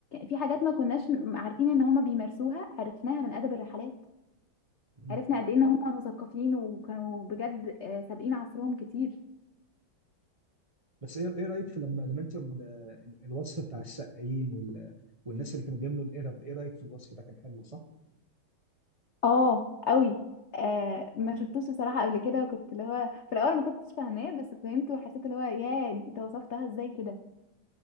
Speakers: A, on the left (about 75°); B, on the right (about 40°).
A: في حاجات ما كناش عارفين ان هما بيمارسوها عرفناها من ادب الرحلات
B: مم.
A: عرفنا قد ايه ان هم مثقفين وكانوا بجد آه، سابقين عصرهم كتير
B: بس ايه ايه رايك في لما لما انت ال- ال- الوصف بتاع السقايين وال... والناس اللي كانوا بيملوا القرب ايه رايك في الوصف ده كان حلو صح؟
A: اه قوي آه ما شفتوش بصراحة قبل كده وكنت اللي هو في الأول ما كنتش فاهماه بس فهمته وحسيت اللي هو ياه انت وصفتها ازاي كده